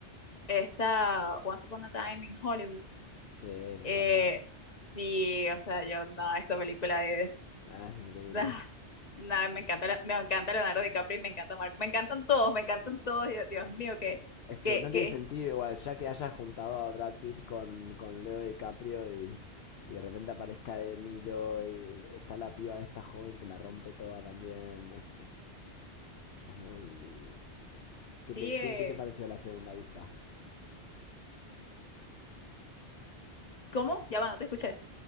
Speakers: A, on the left; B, on the left.
A: esta Once Upon a Time in Hollywood.
B: Sí, me
A: eh,
B: encanta.
A: sí, o sea, yo, no, esta película es <laughs>
B: Ah, es increíble.
A: Nah, nah, me encanta, Le- me encanta Leonardo DiCaprio y me encanta Mark. Me encantan todos, me encantan todos. Dios, Dios mío, que,
B: Es
A: que,
B: que no
A: que,
B: tiene sentido igual, ya que hayas juntado a Brad Pitt con, con Leo DiCaprio y, y de repente aparezca De Niro y está la piba esta joven que la rompe toda también. Es, es, es muy... ¿Qué
A: sí.
B: te,
A: eh,
B: qué, qué te pareció la segunda vista?
A: ¿Cómo? Ya va, no te escuché.